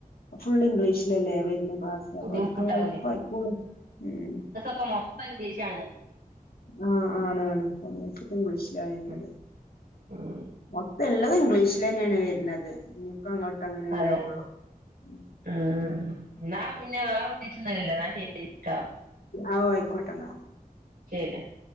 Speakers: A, on the left; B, on the right.
A: ഫുൾ ഇംഗ്ലീഷിലല്ലേ വരുന്നെ ക്ലാസ്
B: ബുദ്ധിമുട്ടാവൂലേ
A: അവർക്ക് എളുപ്പ ആയിക്കോളും ഉം
B: ക്കെ മൊത്തം ഇംഗ്ലീഷ് ആണ്
A: ആഹ് ആണ് ആണ് ഒന്ന്ക്ക് ഇപ്പം ഇംഗ്ലീഷ് ലാവര്ന്നത്
B: ഉം ഉം
A: മൊത്തം എല്ലും ഇംഗ്ലീഷിൽ തന്നെയാണ് വരുന്നത് ഇപ്പം അങ്ങോട്ട് അങ്ങനെ ഉണ്ടാവുള്ളൂ
B: അതെ
A: ഉ
B: ഉം ന്നാ പിന്നെ വേറെ പ്രത്യേകിച്ചെന്നും ഇല്ലല്ലോ ഇന്നാ ശരിട്ടോ
A: ആഹ് ആയിക്കോട്ടെന്നാ
B: ശരി